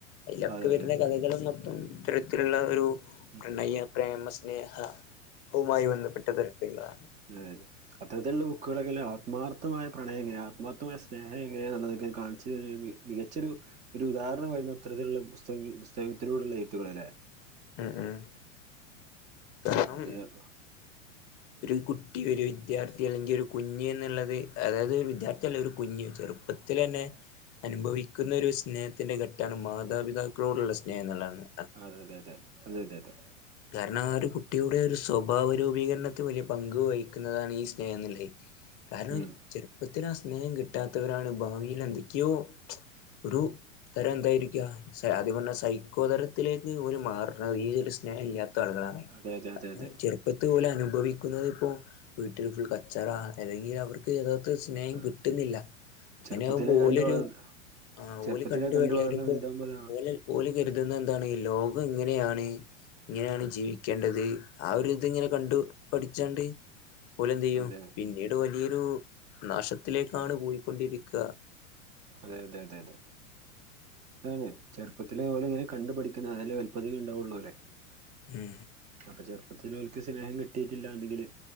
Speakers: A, on the left; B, on the right.
A: അതിലൊക്കെ
B: അതെ അതെ
A: വരുന്ന
B: അതെ
A: കഥകളും
B: അതെ
A: മൊത്തം ഇത്തരത്തിലുള്ള ഒരു
B: ഉം
A: പ്രണയ പ്രേമ സ്നേഹ പമായി ബന്ധപ്പെട്ട തരത്തിലുകളാണ്
B: ഉം അത്തരത്തിലുള്ള ബുക്കുകളൊക്കെല്ലെ ആത്മാർത്ഥമായ പ്രണയം എങ്ങനെ ആത്മാർത്ഥമായ സ്നേഹം എങ്ങനെയുള്ളതൊക്കെ കാണിച്ച് മികച്ചൊരു ഒരു ഉദാഹരണം വരുന്ന അത്തരത്തിലുള്ള പുസ്തക പുസ്തകത്തിലൂടെള്ള ഏത്തുകൾ അല്ലേ
A: ഉം ഉം കാരണം
B: അത് <inaudible>
A: ഒരു കുട്ടി ഒരു വിദ്യാർത്ഥി അല്ലെങ്കിൽ ഒരു കുഞ്ഞു എന്നുള്ളത് അതായത് ഒരു വിദ്യാർത്ഥിയ അല്ല ഒരു കുഞ്ഞ് ചെറുപ്പ ത്തി ലെന്നെ അനുഭവിക്കുന്ന ഒരു സ്നേഹത്തിന്റെ ഘട്ടമാണ് മാതാപിതാക്കളോടുള്ള സ്നേഹം എന്നുള്ളതന്നെ
B: അതെ അതെ അത അത അതെ അതെ അതെ
A: കാരണം ആ ഒരു കുട്ടിയുടെ ഒരു സ്വഭാവ രൂപീകരണത്തി വലിയ പങ്ക് വഹിക്കുന്നതാണ് ഈ സ്നേഹം എന്നുള്ളെ കാരണം
B: ഉം
A: ചെറുപ്പത്തിൽ ആ സ്നേഹം കിട്ടാത്തവരാണ് ഭാവിയിൽ എന്തൊക്കെയോ ഒരു തരം എന്തായിരിക്ക അതേപോല സൈക്കോ തരത്തിലേക്ക് ഒരു മാ കാര ഈ ഒരു സ്നേഹം ഇല്ലാത്ത ആളുകളാണ്
B: അതെ അതെ അതെ
A: കാരണം
B: അതെ
A: ചെറുപ്പ ഇപ്പത്തെ പോലെ അനുഭവിക്കുന്നത് ഇപ്പ വീട്ടിൽ ഫുൾ കച്ചറ അല്ലെങ്കിൽ അവർക്ക് യഥാത് സ് സ്നേഹം
B: ആഹ്
A: കിട്ടുന്നില്ല അങ്ങനെയ
B: ചെറുപ്പത്തിലെ
A: ആകുമ്പോ
B: കണ്ട്
A: ഓലൊരു
B: വളർന്ന
A: ആ
B: ചെറുപ്പത്തിലെ
A: ഓല കണ്ട് വെള്ളം
B: വളർന്ന്
A: വരുമ്പോ
B: വലുതാവുമ്പോഴാണ്
A: ഓലെ പോല കരുതുന്ന എന്താണ് ലോകം എങ്ങനെയാണ് ഇങ്ങനെയാണ് ജീവിക്കേണ്ടത് ആ ഒരു ഇതി ഇങ്ങനെ കണ്ടു പഠിച്ചാണ്ട് പോലെന്ത് ചെയ്യും
B: അതെ
A: പിന്നീട് വലിയൊരു നാശത്തിലേക്കാണ് പോയിക്കൊണ്ടിരിക്ക
B: അതെ അതെ അതെ അതെ അതെ ചെറുപ്പത്തിലെ പോലെങ്ങനെ കണ്ടു പഠിക്കുന്ന അതില് വല്പതിത ഉണ്ടാവുള്ളൂ അല്ലേ
A: ഉം
B: അപ്പൊ ചെറുപ്പത്തിലോൽക്ക് സ്നേഹം കിട്ടിയിട്ടില്ലാണ്ടെങ്കില്